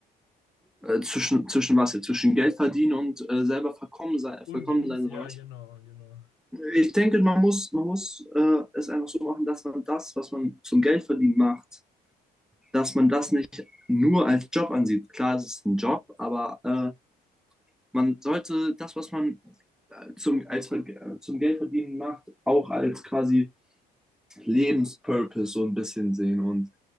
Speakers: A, in the centre; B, on the left (about 80°).
A: äh, zwischen, zwischen was jetzt? Zwischen Geld verdienen und äh, selber verkommen sein,
B: Und
A: vollkommen
B: genießen,
A: sein oder
B: ja,
A: was?
B: genau, genau.
A: Ich denke, man muss, man muss äh, es einfach so machen, dass man das, was man zum Geld verdienen macht, dass man das nicht nur als Job ansieht. Klar, es ist ein Job, aber äh, Man sollte das, was man äh, zum, als, äh, zum Geldverdienen macht, auch als quasi Lebenspurpose so ein bisschen sehen und